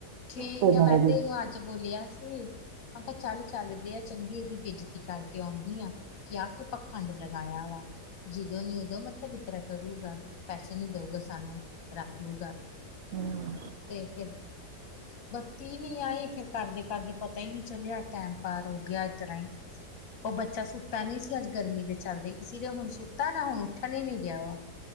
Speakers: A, on the left; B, on the right.
A: ਠੀਕ
B: ਤੇਰੇ
A: ਐ
B: ਨਾਲ
A: ਮੈਂ
B: ਹੀ
A: ਤੇ ਇਨੂੰ ਅੱਜ ਬੋਲਿਆ ਸੀ। ਅਗਾ ਚੱਲ-ਚੱਲ ਦੇ ਆ ਚੰਗੀ ਏਦੀ ਬੇਜਤੀ ਕਰਕੇ ਐੰਦੀ ਆ ਕਿ ਆ ਕੀ ਪਾਖੰਡ ਲਗਾਇਆ ਹੋਯਾ। ਜਦੋਂ ਨੀ ਉਦੋਂ ਮਤਲਬ ਇਤਰਾ ਕਰੂਗਾ ਪੈਸੇ ਨੀ ਦਊਗਾ ਸਾਨੂੰ ਰੱਖ ਲੂਗਾ।
B: ਹਮ,
A: ਤੇ ਫੇਰ ਬੱਤੀ ਨੀ ਆਈ ਫੇਰ ਕਰਦੇ-ਕਰਦੇ ਪਤਾ ਈ ਨੀ ਚਲਿਆ ਟੈਮ ਪਾਰ ਹੋ ਗਿਆ ਇਤਰਾ ਈ। ਤੇ ਬੱਚਾ ਸੁੱਤਾ ਨੀ ਸੀ ਅੱਜ ਗਰਮੀ ਦੇ ਚੱਲਦੇ ਇਸੀ ਲੀ ਹੁਣ ਸੁੱਤਾ ਨਾ ਉੱਠਣ ਹੀ ਨੀ ਡਿਆ ਵਾ।